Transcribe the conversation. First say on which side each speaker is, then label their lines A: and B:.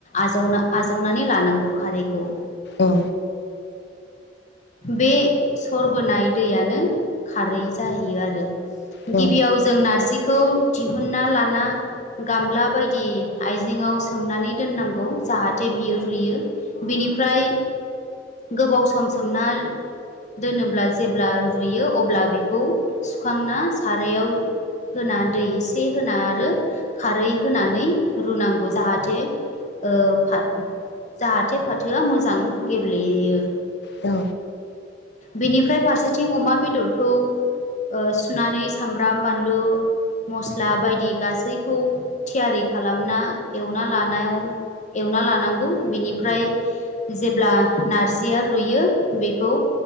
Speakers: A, on the left; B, on the left.
A: आजावना नानै लानांगौ खारैखौ
B: औ।
A: बे सरबोनाय दैयानो खारै जाहैयो आरो
B: औ
A: गिबियाव जों नारजिखौ दिहुनना लाना गामला बायदि आइजेेंआव सोमनानै दोननांगौ जाहाथे बियो रुयो बिनिफ्राय गोबाव सम सोमना दोनोब्ला जेब्ला रुयो अब्ला बेखौ सुखांना सारायाव होना दै एसे होना आरो खारै होनानै रुनांगौ जाहाथे ओ फा जाहाथे फाथोआ मोजां गेब्लेयो
B: औ।
A: बेनिफ्राय फारसेथिं अमा बेदरखौ ओ सुनानै सामब्राम बानलु मस्ला बायदि गासैखौ थियारि खालामना एवना लानायाव एवना लानांगौ बिनिफ्राय जेब्ला नारजिया रुयो बेखौ